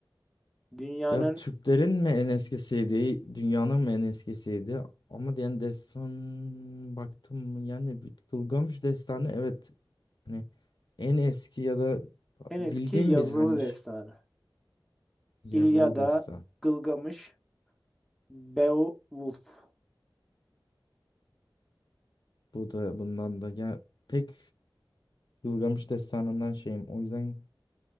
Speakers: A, in the centre; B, on the left (about 60°).
A: Dünyanın
B: Ya Türklerin mi en eskisiydi, dünyanın mı en eskisiydi? Ama yani destan baktım mı yani bir Gılgamış destanı evet hani en eski ya da
A: en
B: bildiğim
A: eski yazılı
B: bir hani
A: destanı.
B: ş- yazılı
A: İlyada,
B: destan.
A: Gılgamış, Beowulf.
B: Bu da bundan da ya pek Gılgamış Destanı'ndan şeyim. O yüzden